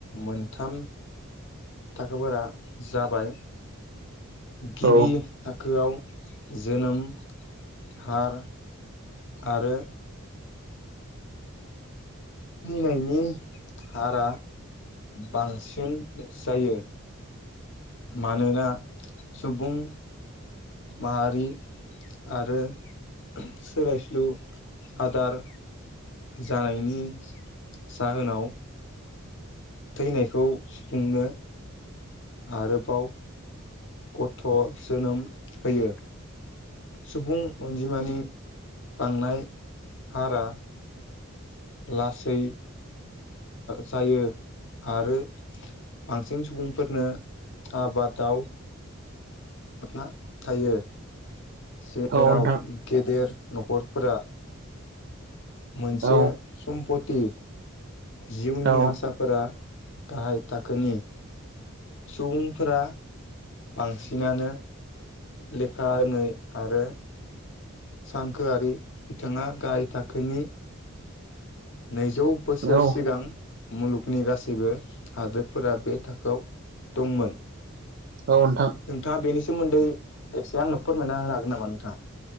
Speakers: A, on the left; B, on the right.
A: मोनथाम थाखोफोरा जाबाय गिबि
B: औ
A: थाखोआव जोनोम, हार आरो थैनायनि हारा बांसिन जायो मानोना सुबुं माहारि आरो सोलाय सोलु आदार जानायनि जाहोनाव थैनायखौ सुफुंनो आरोबाव गथ' जोनोम होयो सुबुं अनजिमानि बांनाय हारा लासै जायो आरो बांसिन सुबुंफोरनो आबादाव। ना थायो जेराव
B: औ नोंथां
A: गेदेर न'खरफोरा। मोनसे
B: औ
A: सम्पति जिउनि
B: औ
A: आसाफोरा गाहाय थाखोनि सुबुंफोरा बांसिनानो लेखारोङै आरो सानखोआरि बिथाङा गाहाय थाखोनि नैजौ बोसोर
B: औ
A: सिगां मुलुगनि गासैबो हादोरफोरा बे थाखोआव दंमोन
B: औ नोंथां
A: नोंथाङा बेनि सोमोन्दै ऐसे आंनो फोरमायना होनो हागोन नामा नोंथाङा?